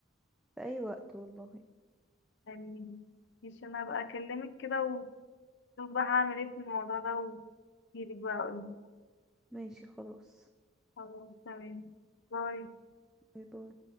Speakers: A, in the centre; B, on the left.
A: في اي وقت والله
B: يعني مش انا هبقى اكلمك كده وشوف بقى هعمل ايه في الموضوع ده واجيلك بقى اقولك
A: ماشي خلاص
B: خلاص تمام باي
A: باي باي